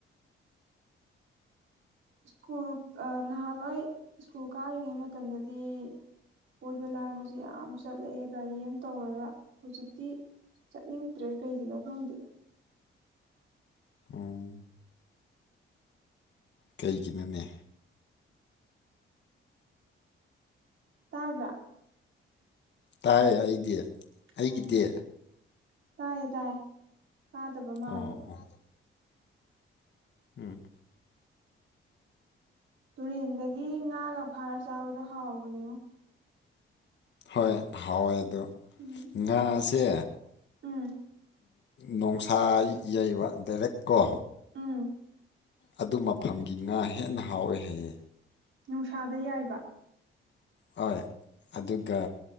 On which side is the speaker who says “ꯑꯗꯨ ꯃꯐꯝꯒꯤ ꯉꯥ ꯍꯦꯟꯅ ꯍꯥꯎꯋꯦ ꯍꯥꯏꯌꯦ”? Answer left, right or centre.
Left